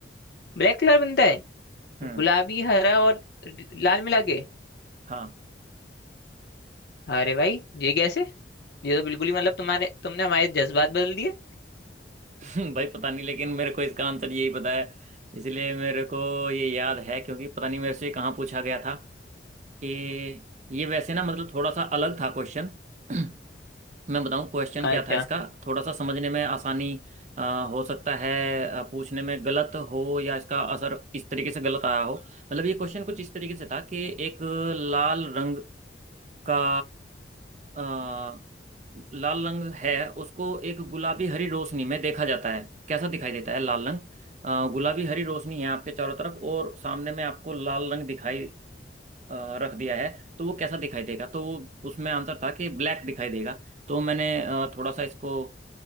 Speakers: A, on the left; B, on the right.
A: ब्लैक कलर बनता है
B: हम्म
A: गुलाबी हरा और लाल मिला के
B: हाँ
A: अरे भाई ये कैसे ये तो बिल्कुल ही मतलब तुम्हारे तुमने हमारे जज्बात बदल दिए
B: <laughs> भाई पता नहीं लेकिन मेरे को इसका आंसर यही पता है इसलिए मेरे को ये याद है क्योंकि पता नहीं मेरे से कहाँ पूछा गया था कि ये वैसे ना मतलब थोड़ा सा अलग था क्वेश्चन <clears throat> मैं बताऊँ क्वेश्चन
A: अच्छा
B: क्या था इसका थोड़ा सा समझने में आसानी अ, हो सकता है अ, पूछने में गलत हो या इसका असर इस तरीके से गलत आया हो मतलब ये क्वेश्चन कुछ इस तरीके से था कि एक लाल रंग का अ, लाल रंग है उसको एक गुलाबी हरी रोशनी में देखा जाता है कैसा दिखाई देता है लाल रंग अ, गुलाबी हरी रोशनी है आपके चारों तरफ और सामने में आपको लाल रंग दिखाई अ, रख दिया है तो वो कैसा दिखाई देगा तो वो उसमें आंसर था कि ब्लैक दिखाई देगा तो मैंने अ, थोड़ा सा इसको